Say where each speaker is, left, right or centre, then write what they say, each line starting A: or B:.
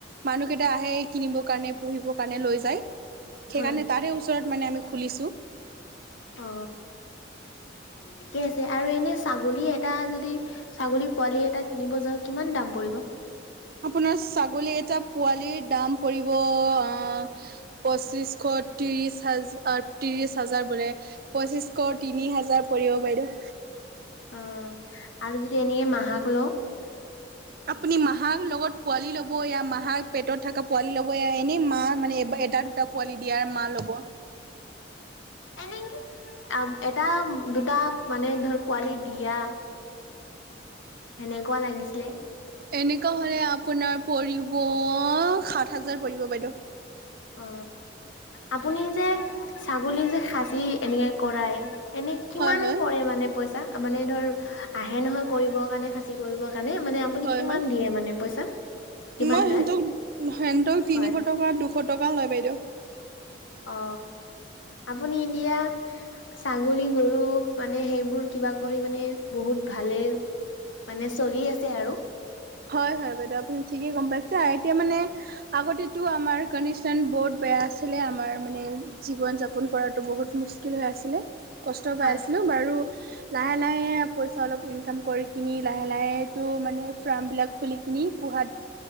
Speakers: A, on the right (about 50°); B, on the left (about 80°).
A: মানুহ কেইটা আহে কিনিবৰ কাৰণে পুহিবৰ কাৰণে লৈ যায়। সেইকাৰণে
B: হয়,
A: তাৰে ওচৰত মানে আমি খুলিছো।
B: অ ঠিকে আছে আৰু এনে ছাগলী এটা যদি। ছাগলী পোৱালি এটা কিনিব যাও কিমান দাম পৰিব।
A: আপোনাৰ ছাগলী এটা পোৱালিৰ দাম পৰিব আহ, পঁচিছশ ত্ৰিছ হাজ ত্ৰিছ হাজাৰ বোলে, পঁচিশ শ তিনি হাজাৰ পৰিব বাইদেউ।
B: অ আৰু যদি এনেকে মাহাক লওঁ।
A: আপুনি মাহাৰ লগত পোৱালি ল'ব ইয়া মাহাৰ পেটত থকা পোৱালি ল'ব ই এনেই মা মানে এটা দুটা, পোৱালি দিয়াৰ মা ল'ব।
B: এনেক এটা দুটা মানে ধৰ পোৱালি দিয়া। এনেকুৱা লাগিছিলে।
A: এনেকুৱা হ'লে আপোনাৰ পৰিব সাত হাজাৰ পৰিব বাইদেউ।
B: অ আপুনি যে ছাগলী যে খাচী এনেকে কৰায় এনেই, কিমান
A: হয় হয়
B: পৰে মানে পইচা মানে ধৰ আহে নহয় কৰিব কাৰণে খাচী কৰিবৰ কাৰণে মানে, আপুনি
A: হয়
B: কিমান
A: হয়
B: দিয়ে মানে পইচা কিমান
A: মই
B: লয়
A: সিহত সিহতক তিনিশ
B: হয়
A: টকা দু ফটকা লয় বাইদেউ,
B: অ আপুনি এতিয়া ছাগলী গৰু মানে সেইবোৰ। কিবা কৰি মানে বহুত ভালে মানে চলি আছে আৰু
A: হয় হয় বাইদেউ আপুনি ঠিকেই গম পাইছে এতিয়া মানে। আগতেটো আমাৰ কণ্ডিচন বহুত বেয়া আছিলে আমাৰ মানে, জীৱন যাপন কৰাতো বহুত <unintelligible> হৈ আছিলে কষ্ট
B: হয়
A: পাই আছিলো বাৰু লাহে লাহে পইচা অলপ ইনকাম কৰি কিনি লাহে লাহেটো মানে ফ্ৰামবিলাক খুলি কিনি পোহাত